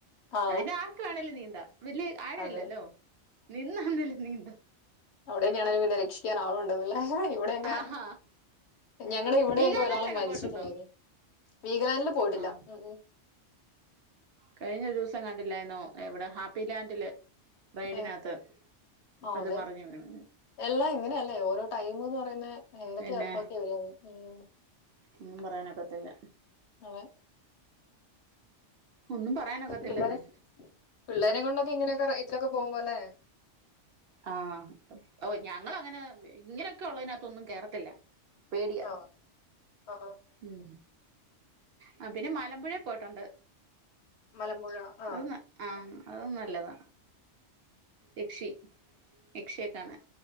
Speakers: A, on the left (about 70°); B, on the right (about 65°).
A: ആ
B: അതിന് ആർക്ക് വേണേലും നീന്താ വല്യേ ആഴല്ലല്ലോ
A: അതെ
B: നിന്നാന്നേലും നീന്ത
A: അവിടെന്ന്യാണെലും പിന്നെ രക്ഷിക്കാൻ ആള ഉണ്ടന്ന്ള്ള ഇവിടെയൊക്കെ
B: ആഹാ
A: ഞങ്ങള് ഇവിടെയൊക്കെ
B: വീഗാലാൻഡിലൊക്കെ
A: ഒരാള് മരിച്ചിട്ടുണ്ടയിനി
B: പോയിട്ടുണ്ടോ
A: വീഗാലാ‌ൻഡിൽ പോയിട്ടില്ല
B: ആഹ്
A: ഉം ഉം
B: കഴിഞ്ഞ ഒരൂസം കണ്ടില്ലായിന്നോ എവിടെ ഹാപ്പി ലാൻഡില് റേയ്ഡിനാത്ത്
A: ഏ ആ
B: അത്
A: അതെ
B: മറിഞ്ഞു വീണഞ്
A: എല്ലാം ഇങ്ങനെയല്ലേ ഓരോ ടൈം ന്ന് പറയന്നെ എന്തൊക്കെയാ
B: പിന്നെ
A: എപ്പക്യാ ഉം
B: ഒന്നും പറയാനെപറ്റില്ല
A: അതെ
B: ഒന്നും പറയാനൊക്കത്തില്ലെന്ന്
A: പിള്ളേരെ പിള്ളേരേ കൊണ്ടൊക്കെങ്ങനെ <unintelligible> പോകുമ്പോലെ
B: ആഹ് ഓഹ് ഞങ്ങളങ്ങനെ ഇങ്ങനെയൊക്കെ ഉള്ളെയ്നാതൊന്നും കേറത്തില്ല പേടിയ
A: ആ ആഹാ
B: ഉം ആഹ് പിന്നെ മലമ്പുഴെ പോയിട്ടുണ്ട്
A: മലമ്പുഴ ആ
B: അഹ് ആഹ് അഉം നല്ലതാ യക്ഷി യക്ഷിയെ കാണാൻ